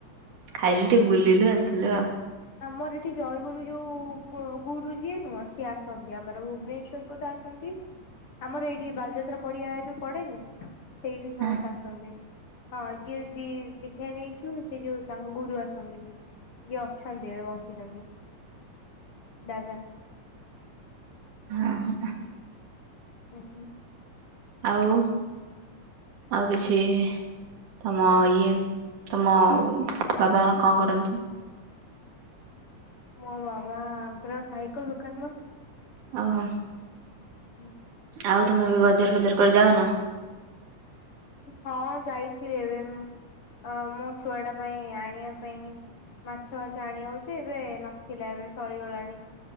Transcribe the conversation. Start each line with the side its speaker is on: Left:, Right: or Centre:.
Right: ଖାଇଲୁ ଟିକେ ବୁଲିଲୁ ଆସିଲୁ ଆଉ।
Left: ଆମର ଏଠି ଜୟଗୁରୁ ଯୋଉ ଗୁ ଗୁରୁ ଯିଏ ନୁହଁ ସିଏ ଆସନ୍ତି ଆମର ଭୁବନେଶ୍ଵ କୁ ତଆସନ୍ତି ଆମର ଏଇଠିକି ବାଲିଯାତ୍ରା ପଡ଼ିଆ ଯୋଉ ପଡ଼େନି ସେଇଠିକି ସମସ୍ତେ
Right: ହଁ
Left: ଆସନ୍ତି ହଁ ଯିଏ ଦି ଦି ଦୀକ୍ଷା ନେଇଛୁ ସେଯୋଉ ତାଙ୍କ ଗୁରୁ ଆସନ୍ତି ଯିଏ ଅଛନ୍ତି ଏବେ ବଞ୍ଚିଛନ୍ତି। ଦାଦା।
Right: ହୁଁ ଉଁ।
Left: ହୁଁ ହୁ।
Right: ଆଉ ଆଉ କିଛି ତମ ଇଏ ତମ ବାବା କଣ କରନ୍ତି?
Left: ମୋ ବାବାଙ୍କର ସାଇକେଲ୍ ଦୋକାନ ମୋ
Right: ଓହୋ।
Left: ହୁଁ।
Right: ଆଉ ତମେ ଏବେ ବଜାର ଫଜାର କୁଆଡ଼େ ଯାଉନ?
Left: ହଁ ଯାଇଥିଲି ଏବେ ଅଁ ମୋଛୁଆଟା ପାଇଁ ଆଣିବା ପାଇଁ ମାଛ ମାଛ ଆଣି ହଉଛି ଏବେ ନଥିଲା ଏବେ ସରିଗଲାଣି